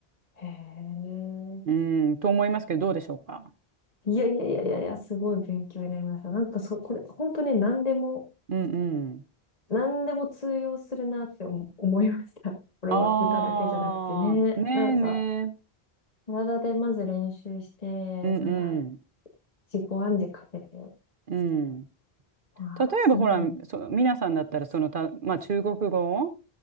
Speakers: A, on the left; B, on the right.
A: へえ。
B: うん、と思いますけどどうでしょうか
A: いやいやいやいやいや、すごい勉強になりました。なんかそ、これ、本当に何でも、
B: うんうん。
A: 何でも通用するなって思思いました。これは歌だけじゃなくてね。
B: ああ、ねえね
A: なんか、体でまず練習して、
B: え。うんうん。
A: なんか自己暗示かけて、
B: うん。
A: わあ、
B: 例えばほら、
A: そうなの。
B: そ、皆さんだったらそのた、まあ中国語